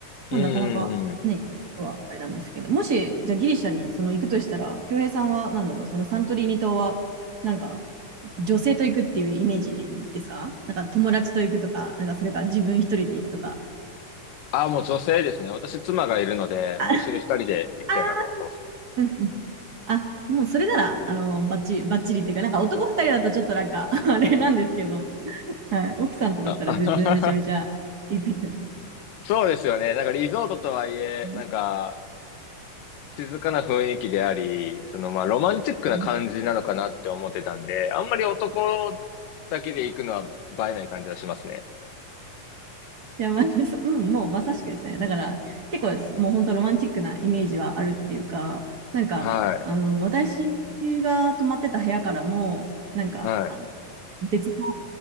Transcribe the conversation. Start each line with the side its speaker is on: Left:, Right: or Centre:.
Left: い。
Right: まあ、
Left: うんうんうん。
Right: なかなかね、はあれなんですけど、もし、じゃあギリシャにその行くとしたら、恭平さんはなんだろう、そのサントリーニ島は、なんか、女性と行くっていうイメージですかなんか友達と行くとか、なんかそれか自分一人で行くとか。
Left: あ、もう女性ですね。私妻がいるので、
Right: <laughs> あ、
Left: もう一緒に二人で行きたいなと思ってます。
Right: あーうんうんあ、もうそれなら、あの、バッチリ、バッチリっていうか、なんか男二人だとちょっとなんか <laughs> あれなんですけど、はい、奥さんとだったら全然めちゃめちゃいいと思い
Left: あ、<laughs> そうですよね。なんかリゾートとはいえ、
Right: ます。
Left: なんか静かな雰囲気であり、そのまあロマンチックな感じなのかなって思ってたんで、
Right: うん
Left: あんまり男だけで行くのは映えない感じはしますね。
Right: いや、まあ、<laughs> ううん、もうまさしくですね。だから、結構もう本当ロマンチックなイメージはあるっていうか、なんか、
Left: はい、
Right: あの、私が泊まってた部屋からも、なんか、
Left: はい、
Right: あの、別の、